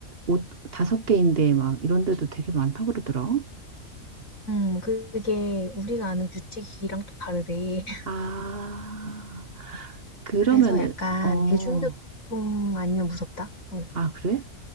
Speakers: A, on the right (about 50°); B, on the left (about 90°).
A: 옷 다섯 개인데, 막, 이런 데도 되게 많다고 그러더라.
B: 음, 그게 우리가 아는 규칙이랑 또 다르대. <laughs>
A: 아, 그러면은,
B: 그래서 약간
A: 어,
B: 대중교통 아니면 무섭다? 응,
A: 아, 그래?